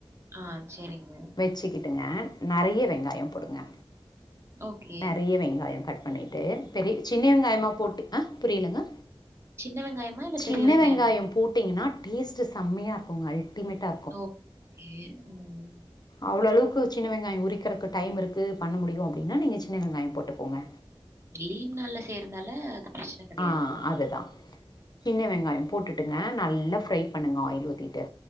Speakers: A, on the right; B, on the left.
A: ஆ செரிங்க
B: வெச்சுக்கிட்டுங்க நறைய வெங்காயோ போடுங்க
A: ஓகே.
B: நெறைய வெங்காயோ கட் பண்ணிட்டு பெரி சின்ன வெங்காயமா போட்டு ஆ புரியலங்க
A: சின்ன வெங்காயமா? இல்ல
B: சின்ன
A: பெரிய வெங்காயமா?
B: வெங்காயோ போட்டிங்கன்னா டேஸ்ட்டு செம்மையாருக்குங்க அல்டிமேட்டா
A: ஓகே ம்
B: அவ்ளோ அளவுக்கு சின்ன வெங்காயோ உரிக்கறக்கு டைம் இருக்கு பண்ண முடியு அப்டின்னா நீங்க சின்ன வெங்காயோ போட்டுக்கோங்க
A: லீவ் நாள்ல செய்றனால அது பிரச்சன கெடையாது.
B: ஆ அதுதா சின்ன வெங்காயோ போட்டுட்டுங்க நல்லா ஃப்ரை பண்ணுங்க ஆயில் ஊத்திட்டு